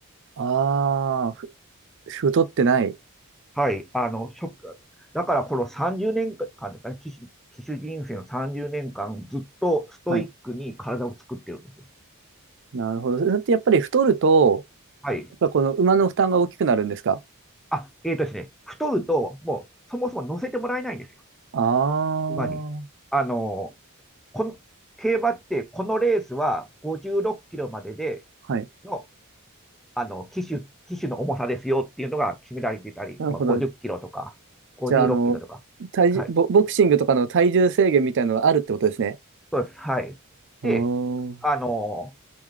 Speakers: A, on the right (about 55°); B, in the centre.
A: ああ、ふ太ってない。
B: はい。あの、ショック。だからこの30年間ですかね、騎手人生の30年間ずっとストイックに体を作ってるんですよ。
A: はい、なるほど。それってやっぱり太ると、
B: はい。
A: やっぱこの馬の負担が大きくなるんですか
B: あ、えーとですね、太ると、もうそもそも乗せてもらえないんですよ、
A: ああー、
B: 馬に。あのーこん競馬って、このレースは56キロまでで
A: はい。
B: の、あの騎手、騎手の重さですよっていうのが決められていたり、
A: なるほど。
B: まあ、50キロとか、56キロとか。
A: じゃあ、あの、体重、
B: はい。
A: ボ、ボクシングとかの体重制限みたいなのがあるってことですね。
B: そうです。はい。
A: お
B: で、
A: ー
B: あのー